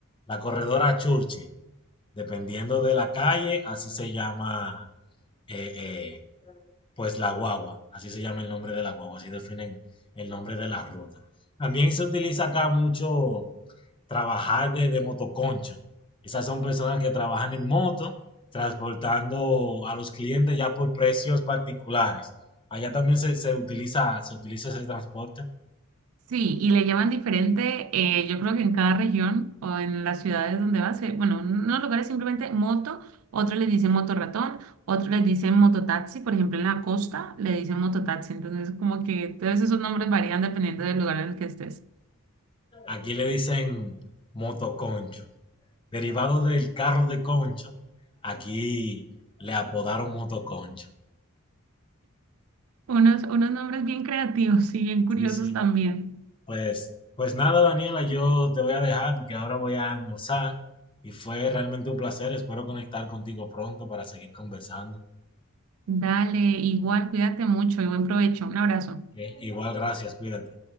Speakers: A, on the left; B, on the right.
A: La corredora Churchill, dependiendo de la calle, así se llama eh, eh, pues la guagua, así se llama el nombre de la guagua, así definen el nombre de la ruta. También se utiliza acá mucho trabajar de, de motoconcho. Esas son personas que trabajan en moto, transportando a los clientes ya por precios particulares. Allá también se, se utiliza, se utiliza ese transporte.
B: Sí, y le llaman diferente, eh, yo creo que en cada región o en las ciudades donde vas, eh, bueno, en unos lugares simplemente moto, otros les dicen motorratón, otros les dicen mototaxi, por ejemplo en la costa le dicen mototaxi, entonces como que todos esos nombres varían dependiendo del lugar en el que estés.
A: Aquí le dicen motoconcho. Derivado del carro de concho, aquí le apodaron motoconcho.
B: Unos, unos nombres bien creativos y bien curiosos
A: Sí, sí.
B: también.
A: Pues, pues nada, Daniela, yo te voy a dejar porque ahora voy a almorzar y fue realmente un placer. Espero conectar contigo pronto para seguir conversando.
B: Dale, igual, cuídate mucho y buen provecho. Un abrazo.
A: ¿ok? Igual, gracias, cuídate.